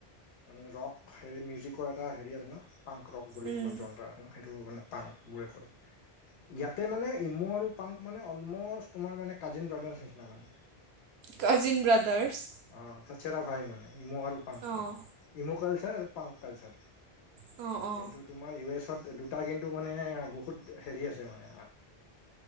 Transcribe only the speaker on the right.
উম
কাজিন ব্ৰাদাৰ্ছ।
অঁ
অ', অ'।